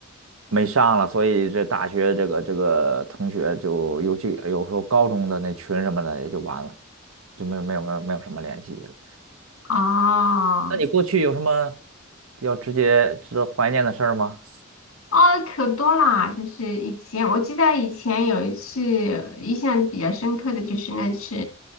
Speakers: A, on the right (about 80°); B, on the left (about 85°).
A: 没上了，所以这大学这个这个同学就尤其有时候高中的那群什么的也就完了，就没有没有没有没有什么联系了。
B: 哦，
A: 那你过去有什么比较直接值得怀念的事儿吗？
B: 哦，可多啦！就是以前，我记得以前有一次印象比较深刻的就是那次